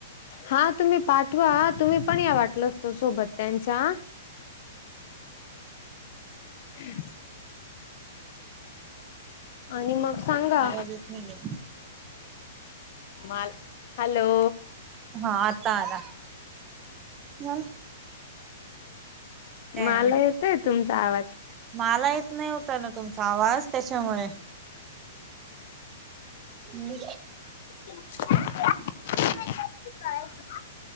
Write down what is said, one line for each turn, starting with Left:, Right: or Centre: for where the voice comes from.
Left: हा तुम्ही पाठवा तुम्ही पण या वाटलच त सोबत त्यांच्या ह आणि मग सांगा
Right: आवाज येत नाहीये.
Left: म हॅलो
Right: हा आता आला मला काय
Left: मला येतय तुमचा आवाज
Right: मला येत नाही होत ना तुमचा आवाज त्याच्यामुळे हम्म
Left: काय